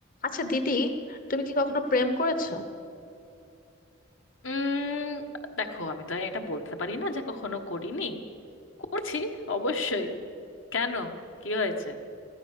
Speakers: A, on the left; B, on the left.
A: আচ্ছা দিদি তুমি কি কখনো প্রেম করেছো
B: উম দেখো আমি তো এটা বলতে পারি না যে কখনো করিনি করছি অবশ্যই কেন কি হয়েছে